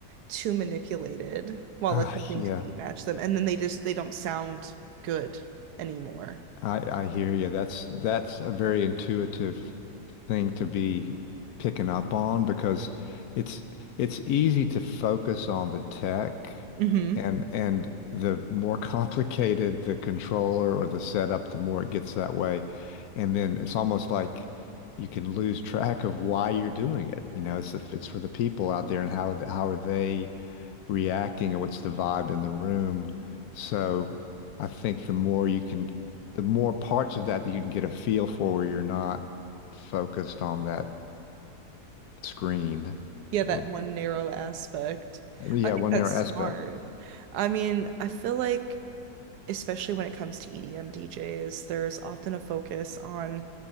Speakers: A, on the right; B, on the left.
A: too manipulated while
B: Ah,
A: attempting
B: yeah.
A: to beat match them. And then they just they don't sound good anymore.
B: I I hear you. That's that's a very intuitive thing to be picking up on because it's it's easy to focus on the tech
A: hmm
B: and and the more <laughs> complicated the controller or the setup, the more it gets that way. And then it's almost like you can lose track of why you're doing it. You know, it's the, it's for the people out there and how how are they reacting and what's the vibe in the room. So I think the more you can, the more parts of that that you can get a feel for where you're not focused on that screen
A: Yeah, that
B: or,
A: one narrow aspect.
B: yeah,
A: I think
B: one
A: that's
B: narrow
A: smart.
B: aspect.
A: I mean, I feel like especially when it comes to EDM DJs, there's often a focus on